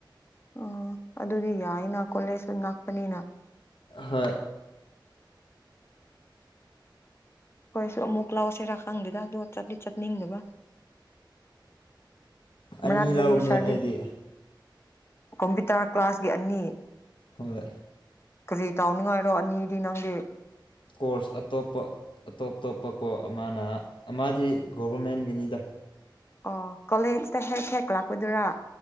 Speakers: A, on the left; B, on the left.
A: ꯑꯣ ꯑꯗꯨꯗꯤ ꯌꯥꯏꯅ ꯀꯣꯂꯦꯖꯁꯨ ꯅꯛꯄꯅꯤꯅ
B: ꯍꯣꯏ
A: ꯈꯣꯏꯁꯨ ꯑꯃꯨꯛ ꯂꯧꯁꯤꯔꯥ ꯈꯪꯗꯦꯗ ꯑꯗꯨꯒ ꯆꯠꯇꯤ ꯆꯠꯅꯤꯡꯗꯕ ꯃꯅꯥꯛꯇꯗꯤ
B: ꯑꯅꯤ ꯂꯧꯕꯅꯦ
A: ꯁꯥꯔꯇꯤ
B: ꯑꯩꯗꯤ
A: ꯀꯝꯄ꯭ꯌꯨꯇꯔ ꯀ꯭ꯂꯥꯁꯀꯤ ꯑꯅꯤ
B: ꯍꯣꯏ
A: ꯀꯔꯤ ꯇꯧꯅꯤꯡꯉꯥꯏꯔꯣ ꯑꯅꯤꯗꯤ ꯅꯪꯗꯤ
B: ꯀꯣꯔꯁ ꯑꯇꯣꯞꯄ ꯑꯇꯣꯞ ꯇꯣꯞꯄꯀꯣ ꯑꯃꯅ ꯑꯃꯗꯤ ꯒꯣꯚꯔꯃꯦꯟꯒꯤꯅꯤꯗ
A: ꯑꯣ ꯀꯣꯂꯦꯖꯇ ꯍꯦꯛ ꯍꯦꯛ ꯂꯥꯛꯄꯗꯨꯔꯥ